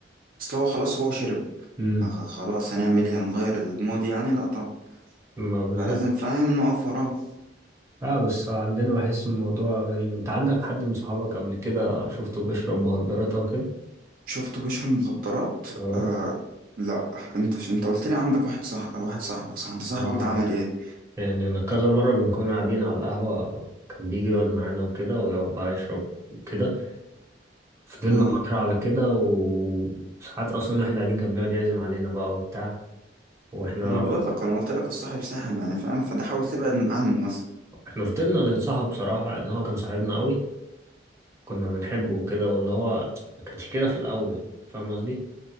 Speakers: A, on the right; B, on the right.
A: أصل هو خلاص هو شرب
B: امم
A: خ- خلاص هنعمل ايه هنغير الماضي يعني لأ طبعا
B: ما بالظبط
A: فلازم فاهم نقف وراه
B: لا بس عندنا بحس الموضوع غريب انت عندك حد من صحابك قبل كده شفته بيشرب مخدرات او كده
A: شفت بشر المخدرات
B: اه
A: آه لا انت ش... انت قلت لي عندك واحد صح واحد صاحبك صح انت صاحبك
B: اه
A: ده عمل ايه
B: يعني انا كذا مرة بنكون قاعدين على القهوة كان بيجي يقعد معانا وكده ويقعد بقى يشرب وكده فضلنا
A: اه
B: فترة على كده وساعات اصلا واحنا قاعدين كان بيقعد يعزم علينا بقى وبتاع واحنا
A: انا بقول لك انا قلت لك الصاحب ساحب يعني فاهم فده حاول تبعد عنه مثلا
B: احنا فضلنا ننصحه بصراحة ان هو كان صاحبنا قوي كنا بنحبه وكده واللي هو ما كانش كده في الاول فاهم قصدي